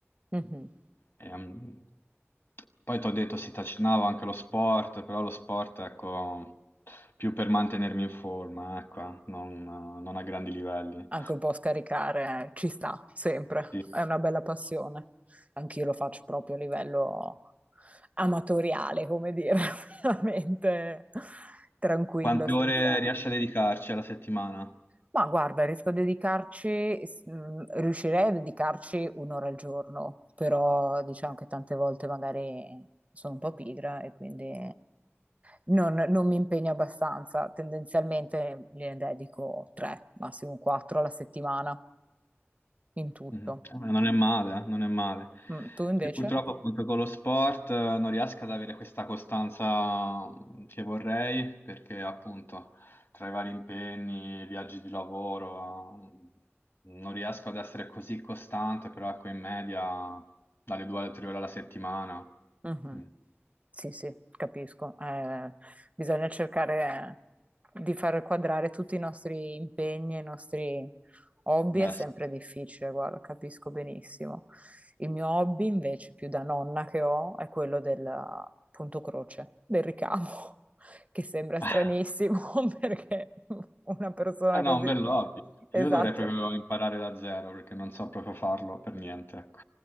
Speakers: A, on the right; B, on the left.
A: mhm.
B: Ehm, poi ti ho detto si trascinavo anche lo sport, però lo sport, ecco, più per mantenermi in forma, ecco, eh, non, non a grandi livelli.
A: anche un po' scaricare, eh, ci sta sempre,
B: Sì.
A: è una bella passione. Anch'io lo faccio proprio a livello amatoriale, come dire, <laughs> veramente tranquillo,
B: Quante
A: senza...
B: ore riesci a dedicarci alla settimana?
A: Ma guarda, riesco a dedicarci, s- mh, riuscirei a dedicarci un'ora al giorno, però diciamo che tante volte magari sono un po' pigra e quindi non, non mi impegno abbastanza. Tendenzialmente ne dedico tre, massimo quattro alla settimana in tutto.
B: Mm. Eh, Non è male, eh, non è male.
A: Mm, tu invece?
B: Io purtroppo appunto con lo sport eh, non riesco ad avere questa costanza mm, che vorrei perché appunto tra i vari impegni, viaggi di lavoro, eh, non riesco ad essere così costante, però ecco in media dalle 2 alle 3 ore alla settimana.
A: Mhm.
B: Mm.
A: Sì, sì, capisco. Eh, bisogna cercare di far quadrare tutti i nostri impegni e i nostri hobby,
B: Eh,
A: è sempre
B: sì.
A: difficile, guarda, capisco benissimo. Il mio hobby invece, più da nonna che ho, è quello del punto croce, del ricamo, <laughs> che sembra
B: <laughs>
A: stranissimo <laughs> perché una persona
B: Ah,
A: così...
B: no, un bel hobby.
A: Esatto,
B: Io dovrei proprio imparare da zero perché non so proprio farlo per niente, ecco.